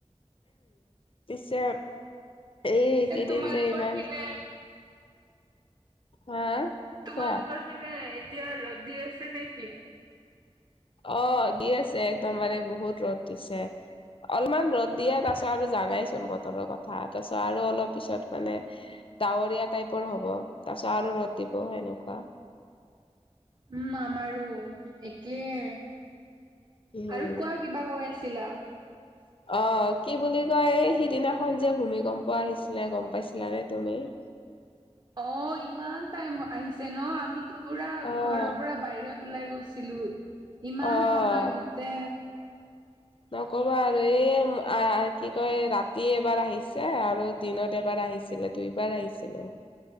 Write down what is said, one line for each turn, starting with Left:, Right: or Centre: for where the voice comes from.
Left: পিছে এইকেইদিন
Right: পিছে তোমালোকৰ
Left: যে ইমান।
Right: পিনে
Left: হা।
Right: তোমালোকৰ
Left: কোৱা?
Right: পিনে এতিয়া ৰ'দ দি আছে নেকি।
Left: অ দি আছে একদমবাৰে বহুত ৰ'দ দিছে। অলপমান ৰ'দ দিয়ে তাৰপাছত আৰু জানাইচোন বতৰৰ কথা তাৰপাছত আৰু অলপ পিছত মানে। ডাৱৰীয়া টাইপৰ হ'ব তাৰ পিছত আৰু ৰ'দ দিব সেনেকুৱা।
Right: উম আমাৰো একেই।
Left: উম
Right: আৰু কোৱা কিবা কৈ আছিলা।
Left: অ কি বুলি কয় এই সিদিনাখন যে ভূমি কম্প আহিছিলে গম পাইছিলানে তুমি। <unintelligible>
Right: অ ইমান টাইম আহিছে ন আমিতো পুৰা
Left: অ'
Right: ঘৰৰ পৰা বাহিৰত। উলাই গৈছিলো ইমান
Left: অ'
Right: সময় গোটে।
Left: নকবা আৰু এই। আ কি কয় ৰাতি এবাৰ আহিছে আৰু দিনত এবাৰ আহিছিলে দুইবাৰ আহিছিলে।